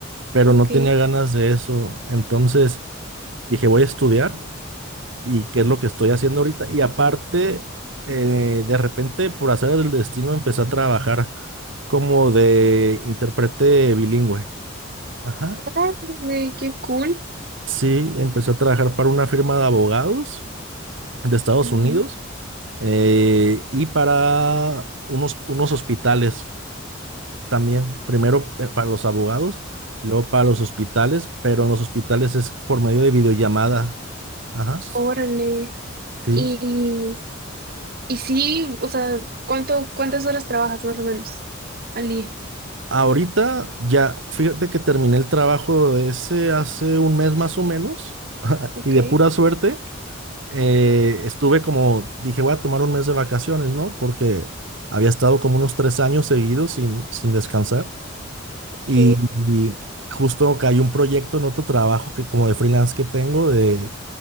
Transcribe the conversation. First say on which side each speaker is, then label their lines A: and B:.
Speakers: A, on the right; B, on the right.
A: pero
B: Ok,
A: no tenía ganas de eso. Entonces dije, voy a estudiar. y qué es lo que estoy haciendo ahorita. Y aparte, eh, de repente, por hacer el destino, empecé a trabajar como de intérprete bilingüe. Ajá.
B: órale, qué cool.
A: Sí, empecé a trabajar para una firma de abogados de Estados
B: Mm,
A: Unidos eh, y para unos, unos hospitales también. Primero eh, para los abogados, luego para los hospitales, pero en los hospitales es por medio de videollamada. Ajá.
B: Órale.
A: Sí,
B: Y Y sí, o sea, ¿cuánto, cuántas horas trabajas más o menos al día?
A: Ahorita ya, fíjate que terminé el trabajo de ese hace un mes más o menos
B: Ok,
A: y de pura suerte eh,
B: ujú,
A: estuve como, dije, voy a tomar un mes de vacaciones, ¿no? Porque había estado como unos tres años seguidos sin, sin descansar
B: ok.
A: y, y justo cayó un proyecto en otro trabajo que como de freelance que tengo de,